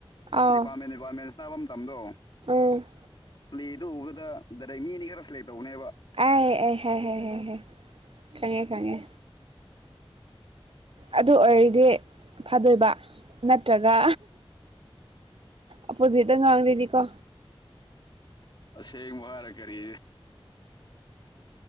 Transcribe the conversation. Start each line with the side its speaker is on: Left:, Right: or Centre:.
Right: ꯑꯥꯎ
Left: ꯗꯤꯄꯥꯔꯠꯃꯦꯟ ꯄꯥꯃꯦꯟꯁ ꯁꯥꯟꯅꯕ ꯃꯇꯝꯗꯣ
Right: ꯎꯝ
Left: ꯄ꯭ꯂꯦꯗꯨ ꯎꯕꯗ ꯗꯥꯏꯔꯦꯛ ꯃꯤ ꯑꯅꯤ ꯈꯔ ꯁꯦꯂꯦꯛ ꯇꯧꯕꯅꯦꯕ
Right: ꯑ ꯍꯥꯏ ꯍꯥꯏ ꯈꯪꯉꯦ ꯈꯪꯉꯦ ꯑꯗꯨ ꯑꯣꯏꯔꯗꯤ ꯐꯥꯗꯣꯏꯕ ꯅꯠꯇ꯭ꯔꯒ ꯑꯄꯣꯖꯤꯠꯇ ꯉꯥꯡꯕꯗꯤ ꯀꯣ
Left: ꯑꯁꯦꯡꯕ ꯍꯥꯏꯔ ꯀꯔꯤ